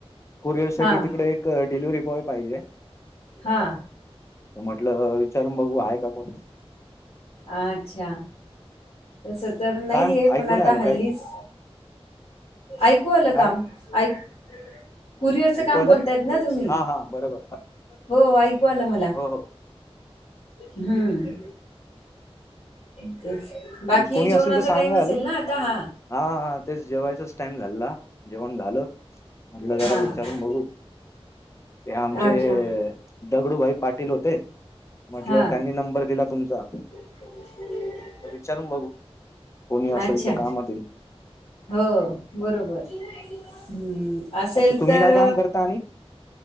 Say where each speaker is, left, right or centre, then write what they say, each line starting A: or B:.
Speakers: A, on the left; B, on the left.
A: कुरिअर साठी
B: हां
A: तिकडे एक डिलिव्हरी बॉय पाहिजे.
B: हा.
A: म्हटलं विचारून बघू आहे का कोणी?
B: अच्छा. तस तर नाहीये
A: काय ऐकू
B: पण आता
A: नाही आलं
B: हल्लीच
A: काय
B: ऐकू आलं
A: काय
B: काम? ऐक. कुरिअरचं
A: ऐकू
B: काम
A: आलं
B: बोलतायत ना तुम्ही
A: हा हा बरोबर
B: हो ऐकू आलं मला.
A: हो हो
B: हम्म. ते बाकी
A: तेच कोणी
B: जेवणाचा
A: असेल तर सांगाल
B: टाइम असेल ना आता हा.
A: हा हा हा तेच जेवायचाच टाइम झाला जेवण झालं. म्हटलं जरा
B: हां
A: विचारून बघू ते आमचे
B: अच्छा
A: दगडू भाई पाटील होते म्हटलं
B: हां
A: त्यांनी नंबर दिला तुम्हचा
B: <unintelligible>
A: तर विचारून बघू कोणी असेल
B: अच्छा
A: तर कामात.
B: हो हो बरोबर हम्म असेल
A: अच्छा तुम्ही
B: तर
A: काय काम करता आणि